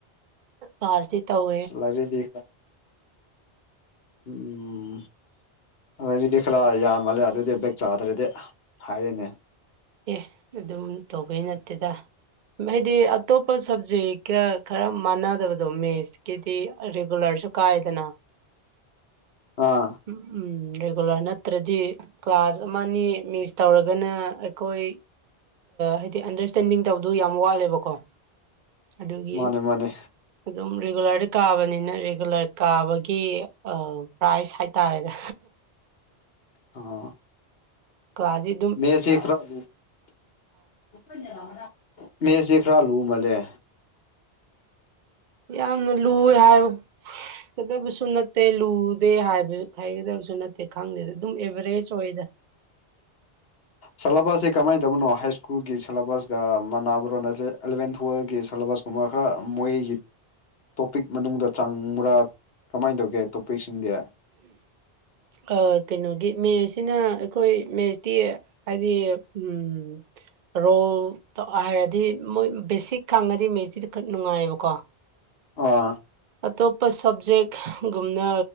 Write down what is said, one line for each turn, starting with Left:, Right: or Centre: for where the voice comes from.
Right: ꯀ꯭ꯂꯥꯁꯇꯤ ꯇꯧ
Left: ꯂꯔꯦꯗꯤ ꯎꯝ ꯑꯗꯨꯗꯤ ꯈꯔ ꯌꯥꯝꯃꯜꯂꯦ ꯑꯗꯨꯑꯣꯏꯗꯤ ꯕꯦꯛ ꯆꯥꯗ꯭ꯔꯗꯤ ꯍꯥꯏꯔꯦꯅꯦ
Right: ꯑꯦ ꯑꯗꯨꯝ ꯇꯧꯕꯩ ꯅꯠꯇꯦꯗ ꯍꯥꯏꯗꯤ ꯑꯇꯣꯞꯄ ꯁꯕꯖꯦꯛꯀ ꯈꯔ ꯃꯥꯟꯅꯗꯕꯗꯣ ꯃꯦꯠꯁ ꯀꯤꯗꯤ ꯔꯤꯒꯨꯂꯔꯁꯨ ꯀꯥꯏꯗꯅ
Left: ꯑꯥ
Right: ꯎ ꯎꯝ ꯔꯤꯒꯨꯂꯔ ꯅꯠꯇ꯭ꯔꯗꯤ ꯀ꯭ꯂꯥꯁ ꯑꯃ ꯅꯤ ꯃꯤꯁ ꯇꯧꯔꯒꯅ ꯑꯩꯈꯣꯏ ꯍꯥꯏꯗꯤ ꯑꯟꯗꯔꯁꯇꯦꯟꯗꯤꯡ ꯇꯧꯕꯗꯨꯣ ꯌꯥꯝ ꯋꯥꯠꯂꯦꯕꯀꯣ ꯑꯗꯨꯒꯤ
Left: ꯃꯥꯅꯦ ꯃꯥꯅꯦ
Right: ꯑꯗꯨꯝ ꯔꯤꯒꯨꯂꯔꯗ ꯀꯥꯕꯅꯤꯅ ꯔꯤꯒꯨꯂꯔ ꯀꯥꯕꯒꯤ ꯄ꯭ꯔꯥꯏꯖ ꯇꯥꯔꯦꯗ
Left: ꯑ
Right: ꯀꯥꯖꯤ
Left: ꯃꯦꯁ <unintelligible> ꯃꯦꯁ ꯈꯔ ꯂꯨꯃꯜꯂꯦ
Right: ꯌꯥꯝꯅ ꯂꯨ ꯍꯥꯏꯕ ꯀꯗꯕꯁꯨ ꯅꯠꯇꯦ ꯂꯨꯗꯦ ꯍꯥꯏꯕ ꯍꯥꯏꯒꯗꯕꯁꯨ ꯅꯠꯇꯦ ꯈꯪꯗꯦꯗ ꯑꯗꯨꯝ ꯑꯦꯚ꯭ꯔꯦꯖ ꯑꯣꯏꯗ
Left: ꯁꯂꯦꯕꯁꯦ ꯀꯃꯥꯏꯅ ꯇꯕꯅꯣ ꯍꯥꯏ ꯁ꯭ꯀꯨꯜꯒꯤ ꯁꯦꯂꯦꯕꯁꯀꯒ ꯃꯥꯟꯅꯕ꯭ꯔꯣ ꯑꯦꯂꯚꯦꯟ ꯇꯨꯋꯦꯜꯒꯤ ꯁꯦꯂꯦꯕꯁꯀ ꯃꯈꯥ ꯃꯣꯏꯒꯤ ꯇꯣꯄꯤꯛ ꯃꯅꯨꯡꯗ ꯆꯥꯡꯕ꯭ꯔꯥ ꯀꯃꯥꯏꯅ ꯇꯧꯒꯦ ꯇꯣꯄꯤꯛꯁꯤꯡꯗꯤ
Right: ꯑ ꯀꯩꯅꯣꯒꯤ ꯃꯦꯁꯁꯤꯅ ꯑꯩꯈꯣꯏ ꯃꯦꯁꯇꯤ ꯍꯥꯏꯗꯤ ꯎꯝ ꯔꯣꯜ ꯇ <unintelligible> ꯃꯣꯏ ꯕꯦꯁꯤꯛ ꯈꯪꯉꯗꯤ ꯃꯦꯁꯇꯤꯗ ꯈꯔ ꯅꯨꯡꯉꯥꯏꯌꯦꯕꯀꯣ
Left: ꯑ
Right: ꯑꯇꯣꯞꯄ ꯁ꯭ꯕꯖꯦꯛꯒꯨꯝꯅ